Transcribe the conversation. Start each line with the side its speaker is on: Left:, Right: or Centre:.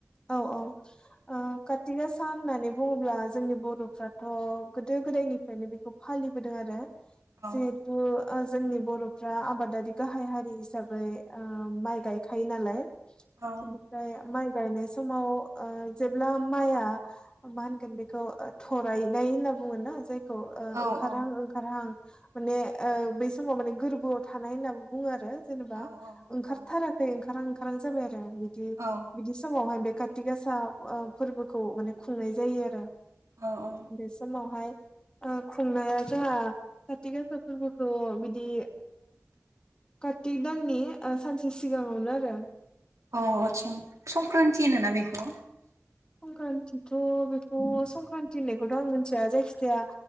Left: औ औ काथि गासा सान होननानै बुङोब्ला जोंनि बर'फ्राथ' गोदो गोदायनिफ्रायनो बेखौ फालिबोदों आरो
Right: औ
Left: जिहेथु जोंनि बर'फ्रा आबादारि गाहाय हारि हिसाबै माइ गायखायो नालाय बेनिफ्राय
Right: औ
Left: माइ गायनाय समाव जेब्ला माइआ मा होनगोन बेखौ थरायनाय होनना बुङो ना जाय खौ
Right: औ
Left: ओंखारहां
Right: औ
Left: ओंखारहां माने बै समाव माने गोरबोआव थानाय होनना बुङो आरो जेनेबा
Right: औ
Left: ओंखारथाराखै
Right: औ
Left: ओंखार ओंखारां जाबाय आरो बिदि
Right: औ
Left: बिदि समावहाय बे काथि गासा फोरबोखौ माने खुंनाय जायो आरो
Right: औ आतसा
Left: बे समावहाय खुंनाया जोंहा खाथि गासा फोरबोखौ बिदि कार्तिक दाननि सानसे सिगाङावनो आरो
Right: अ आतसा संक्रान्ति होनोना बेखौ
Left: संक्रान्तिथ' बेखौ संक्रान्ति होननायखौथ' आं मिथिया जायखिजाया